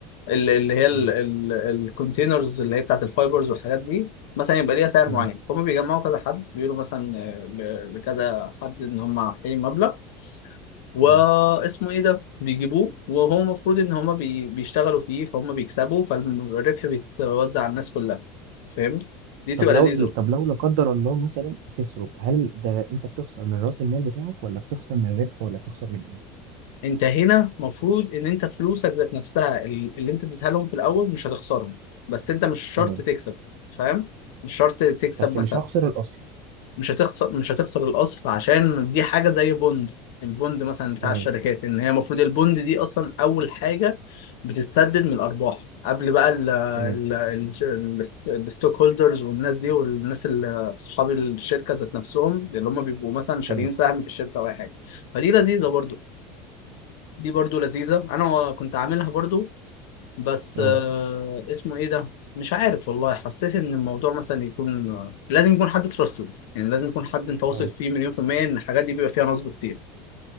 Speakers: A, on the left; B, on the right.
A: ال- اللي هي
B: حلو
A: الكونتينرز اللي هي بتاعت الفايبرز والحاجات دي مثلا يبقى ليها سعر
B: تمام
A: معين فهم بيجمعوا كذا حد بيقولوا مثلا ل- لكذا حد ان هم محتاجين مبلغ واسمه
B: تمام
A: ايه ده بيجيبوه وهو المفروض ان هما بي... بيشتغلوا فيه فهم بيكسبوا فالربح بيتوزع على الناس كلها فهمت دي بتبقى
B: طب لو
A: لذيذة
B: طب لو لا قدر الله مثلا خسروا هل ده انت بتخسر من راس المال بتاعك ولا بتخسر من الربح ولا بتخسر من ايه
A: انت هنا المفروض ان انت فلوسك ذات نفسها ال- اللي انت اديتها لهم في الاول مش هتخسرهم بس انت مش شرط
B: تمام
A: تكسب فاهم مش شرط تكسب
B: بس
A: مثلا
B: مش هخسر الاصل
A: مش هتخسر مش هتخسر الاصل عشان دي حاجه زي بوند البوند مثلا بتاع
B: تمام
A: الشركات ان هي المفروض البوند دي اصلا اول حاجه بتتسدد من الارباح قبل بقى ال ال
B: تمام
A: ال الستوك هولدرز والناس دي والناس اللي اصحاب الشركه ذات نفسهم اللي هم بيبقوا مثلا شاريين
B: تمام
A: سهم في الشركه او اي حاجه فدي لذيذه برضو دي برضو لذيذه انا كنت عاملها برضو بس
B: اه
A: آه، اسمه ايه ده مش عارف والله حسيت ان الموضوع مثلا يكون لازم يكون حد تراستد يعني لازم يكون حد انت واثق
B: اه
A: فيه مليون في المية ان الحاجات دي بيبقى فيها نصب كتير